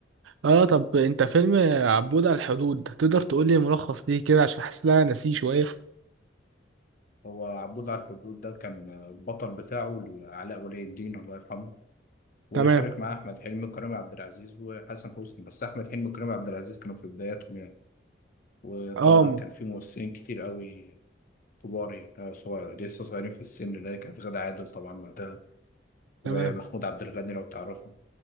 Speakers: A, on the right; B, on the left.
A: آه طب أنت فيلم عبود على الحدود تقدر تقول لي ملخص ليه كده عشان حاسس إن أنا ناسيه شوية
B: هو عبود على الحدود ده كان البطل بتاعه علاء ولي الدين الله يرحمه وشارك
A: تمام
B: مع احمد حلمي وكريم عبد العزيز وحسن حسني بس احمد حلمي وكريم عبد العزيز كانوا في بداياتهم يعني وطبعا
A: آه م-
B: كان في ممثلين كتير قوي كبار يعني آه، صغير لسه صغيرين في السن اللي هي كانت غادة عادل طبعا وقتها ومحمود
A: تمام
B: عبد الغني لو تعرفه